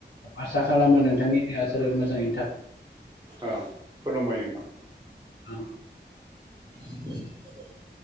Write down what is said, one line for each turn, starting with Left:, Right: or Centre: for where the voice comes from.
Left: आसा खालामो नोंथांनि देहा सोलेर मोजाङैनो थाथों
Right: अ खुलुमबाय नोंथां
Left: औ
Right: <inaudible>